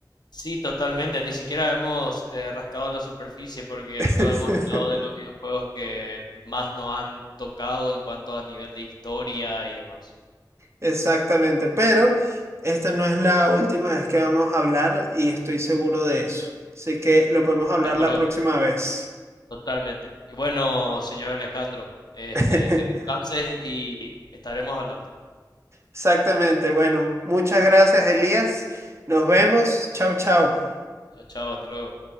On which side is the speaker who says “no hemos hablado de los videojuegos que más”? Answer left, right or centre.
Left